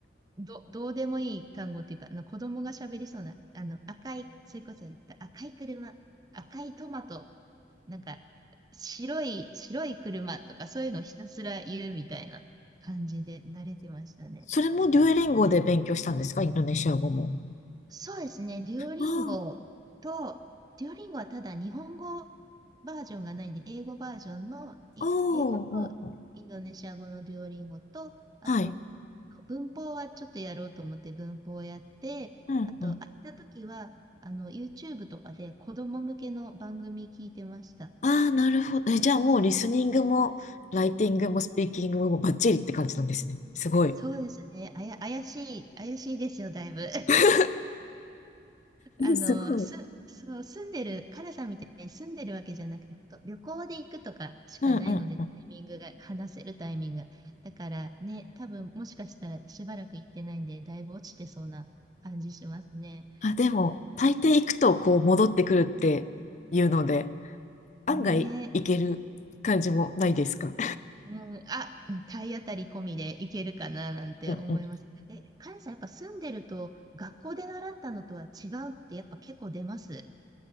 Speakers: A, on the right (about 20°); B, on the left (about 40°).
A: ど、どうでもいい単語っていうか、あの子供が喋りそうな、あの赤い、それこそ言った赤い車、赤いトマト、なんか白い、白い車とかそういうのをひたすら言うみたいな感じで慣れてましたね。
B: それもデュエリンゴで勉強したんですかインドネシア語も。
A: そうですね。デュオリンゴと、
B: あ
A: デュオリンゴはただ日本語バージョンがないんで、英語バージョンの、い英語とインドネシア語のデュオリンゴと、
B: あ、おーおー、おー
A: あと、
B: はい。
A: 文法はちょっとやろうと思って文法をやって、
B: うんうん。
A: あと、空いた時は、あの、YouTube とかで子供向けの番組聞いてました。
B: ああ、なるほど。え、じゃあもうリスニングも、ライティングも、スピーキングもバッチリって感じなんですね。すごい。
A: そうですね。あや、怪しい、怪しいですよ、だいぶ。
B: <laughs> えすごい。
A: あの、す、そう、住んでる、カナさんみたいに住んでるわけじゃなくて、ほんと旅行で行くとかしかないので、
B: うんうんうん。
A: タイミングが、話せるタイミングが。だからね、多分もしかしたらしばらく行ってないんで、だいぶ落ちてそうな感じしますね。
B: あ、でも、大抵行くとこう戻ってくるっていうので、案外行ける感じもないですか。
A: ねえ。うん、うんあ、うん体当たり込みでいけるかななんて思います。
B: うんうん。
A: え、カナさん、やっぱ住んでると、学校で習ったのとは違うって、やっぱ結構出ます。